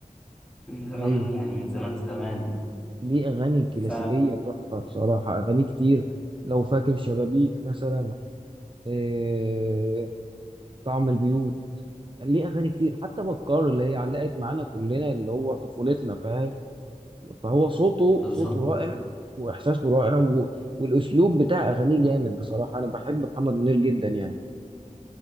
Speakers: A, in the centre; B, on the right.
A: من زمان
B: ايوه
A: يعني من زمان زمان يعني
B: ليه اغاني كلاسيكيه
A: ف
B: تحفه بصراحه اغاني كتير لو فاكر شبابيك مثلا إيه طعم البيوت ليه اغاني كتير حتى بكار اللي هي علقت معانا كلنا اللي هو طفولتنا فاهم فهو صوته
A: بالظبط
B: صوته رائع واحساسه رائع و... والاسلوب بتاع اغانيه جامد بصراحه انا بحب محمد منير جدا يعني